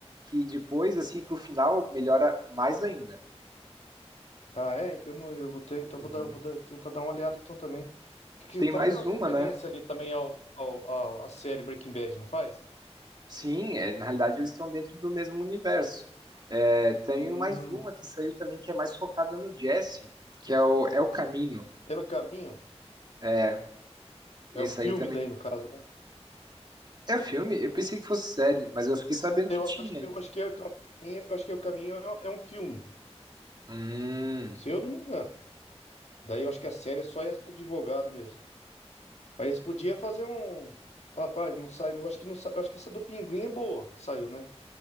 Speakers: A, on the right; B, on the left.
A: que depois, assim, pro final, melhora mais ainda.
B: Ah, é? Que eu não, eu vou ter, então
A: Uhum.
B: vou dar, vou dar- tentar dar uma olhada então também. Que, que
A: Tem
B: faz
A: mais
B: umas
A: uma,
B: referências
A: né?
B: ali também ao, ao, ao- à série Breaking Bad, não faz?
A: Sim, é, na realidade eles estão dentro do mesmo universo. É, tem
B: Hum,
A: mais uma que saiu também que é mais focada no Jesse, que é o, é o Camino.
B: pelo caminho.
A: É, esse
B: É o filme
A: aí também.
B: daí, no caso. né?
A: É um filme? Eu pensei que fosse série, mas eu fiquei sabendo que
B: Eu
A: tinha.
B: acho que eu acho que é o caminho, eu acho que é o caminho é, um, é um filme,
A: Hum.
B: se eu não me engano. Daí eu acho que a série é só essa do advogado mesmo. Aí eles podiam fazer um. Rapaz, não sai. Não acho que não sai. Eu acho que essa do Pinguim é boa que saiu, né?